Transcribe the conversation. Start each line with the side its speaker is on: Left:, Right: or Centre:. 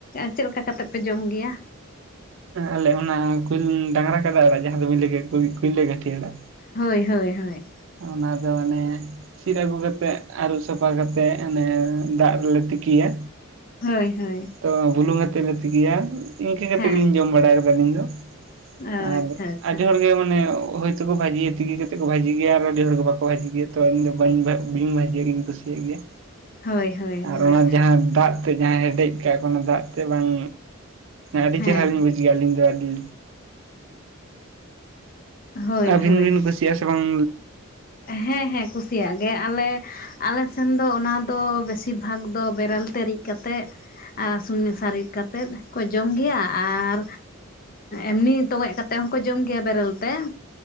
Left: ᱪᱮᱫ ᱞᱮᱠᱟ ᱠᱟᱛᱮᱜ ᱯᱮ ᱡᱚᱢ ᱜᱮᱭᱟ?
Right: ᱟᱞᱮ ᱚᱱᱟ ᱰᱟᱝᱨᱟ ᱠᱟᱰᱟ ᱟᱲᱟᱜ ᱡᱟᱦᱟᱸ ᱫᱚ ᱵᱤᱱ ᱞᱟᱹᱭ ᱠᱮᱫᱟ ᱠᱩᱭᱞᱟᱹ ᱜᱟᱹᱴᱷᱤ ᱟᱲᱟᱜ
Left: ᱦᱳᱭ ᱦᱳᱭ ᱦᱳᱭ
Right: ᱚᱱᱟ ᱫᱚ ᱢᱟᱱᱮ ᱥᱤᱫ ᱟᱹᱜᱩ ᱠᱟᱛᱮᱜ ᱟᱹᱨᱩᱵ ᱥᱟᱯᱷᱟ ᱠᱟᱛᱮᱫ ᱚᱱᱮ ᱫᱟᱜ ᱨᱮᱞᱮ ᱛᱤᱠᱤᱭᱟ
Left: ᱦᱳᱭ ᱦᱳᱭ
Right: ᱛᱚ ᱵᱩᱞᱩᱝ ᱠᱟᱛᱮᱜ ᱞᱮ ᱛᱤᱠᱤᱭᱟ ᱤᱱᱠᱟᱹ ᱠᱟᱛᱮᱫ
Left: ᱦᱮᱸ
Right: ᱜᱮᱞᱤᱧ ᱡᱚᱢ ᱵᱟᱲᱟᱭᱟ ᱟᱹᱞᱤᱧ ᱫᱚ
Left: ᱟᱪᱪᱷᱟ
Right: ᱟᱨ
Left: ᱟᱪᱪᱷᱟ
Right: ᱟᱹᱰᱤ ᱦᱚᱲ ᱜᱮ ᱢᱟᱱᱮ ᱦᱚᱭᱛᱚ ᱠᱳ ᱵᱷᱟᱹᱡᱤᱭᱟ ᱛᱤᱠᱤ ᱠᱟᱛᱮ ᱠᱚ ᱵᱷᱟᱹᱡᱤ ᱜᱮᱭᱟ ᱟᱨ ᱟᱹᱰᱤ ᱦᱚᱲ ᱜᱮ ᱵᱟᱠᱚ ᱵᱷᱟᱹᱡᱤ ᱜᱮᱭᱟ ᱛᱚ ᱤᱧ ᱫᱚ ᱵᱟᱹᱧ ᱵᱷᱟᱹᱡᱤᱭᱟᱜ ᱜᱤᱧ ᱠᱩᱥᱤᱭᱟᱜ ᱜᱮᱭᱟ
Left: ᱦᱳᱭ ᱦᱳᱭ
Right: ᱟᱨ
Left: ᱦᱳᱭ
Right: ᱚᱱᱟ ᱡᱟᱦᱟᱸ ᱫᱟᱜ ᱡᱟᱦᱟᱸᱭ ᱦᱮᱰᱮᱡ ᱠᱟᱜᱼᱟ ᱠᱚ ᱚᱱᱟ ᱫᱟᱜ ᱛᱮ ᱵᱟᱝ, ᱟᱹᱰᱤ
Left: ᱦᱮᱸ
Right: ᱪᱮᱦᱚᱨᱟ ᱞᱤᱧ ᱵᱩᱡᱷᱣᱟ ᱟᱹᱞᱤᱧ ᱫᱚ ᱟᱹᱞᱤᱧ
Left: ᱦᱳᱭ
Right: ᱟᱹᱵᱤᱱ
Left: ᱦᱳᱭ
Right: ᱵᱤᱱ ᱠᱩᱥᱤᱭᱟᱜᱼᱟ ᱥᱮ ᱵᱟᱝ
Left: ᱦᱮᱸ ᱦᱮᱸ ᱠᱩᱥᱤᱭᱟᱜ ᱜᱮ ᱟᱞᱮ ᱟᱞᱮᱥᱱ ᱫᱚ ᱚᱱᱟ ᱫᱚ ᱵᱮᱥᱤᱨ ᱵᱷᱟᱜᱽ ᱫᱚ ᱵᱮᱨᱮᱞ ᱛᱮ ᱨᱤᱫᱽ ᱠᱟᱛᱮᱫ ᱥᱩᱱ ᱢᱮᱥᱟ ᱨᱤᱫᱽᱠᱟᱛᱮᱫ ᱠᱚ ᱡᱚᱢ ᱜᱮᱭᱟ ᱟᱨ ᱮᱢᱱᱤ ᱛᱚᱜᱚᱡ ᱠᱟᱛᱮᱜ ᱦᱚᱸᱠᱚ ᱡᱚᱢ ᱜᱮᱭᱟ ᱵᱮᱨᱮᱞ ᱛᱮ